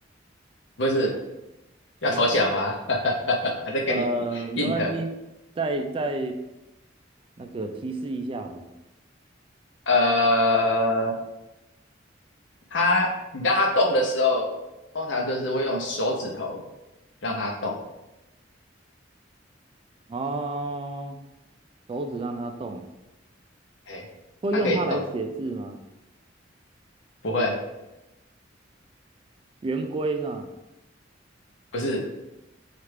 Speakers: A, on the left (about 70°); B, on the right (about 30°).
A: 不是？要投降吗？
B: 不。
A: <laughs> 还在给你
B: 呃，没关系，
A: hint。
B: 再再那个提示一下好了。
A: 呃，它你让它动的时候，通常就是会用手指头让它动。
B: 哦，手指让它动，
A: 诶，
B: 会用它来写字吗？
A: 它可以动，不会？
B: 圆规是吧？
A: 不是？